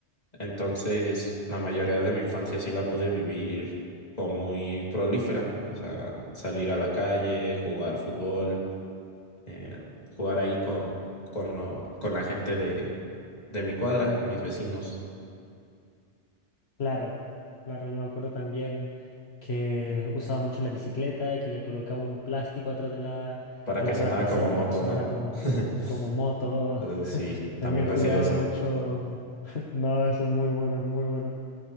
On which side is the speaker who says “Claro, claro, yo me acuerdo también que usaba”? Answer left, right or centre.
Left